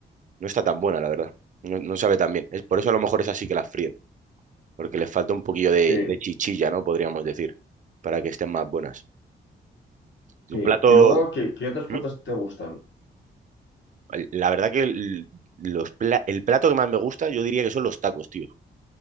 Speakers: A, on the right; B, on the left.
A: no está tan buena, la verdad. No, no sabe tan bien. Es por eso a lo mejor es así que las fríen, porque les falta un poquillo de,
B: Sí,
A: de chichilla, ¿no? Podríamos decir, para que estén más buenas. Tu
B: sí.
A: plato...
B: Y luego, ¿qué, qué otros
A: ¿Mm?
B: platos te gustan?
A: La verdad que el, los pla- el plato que más me gusta, yo diría que son los tacos, tío.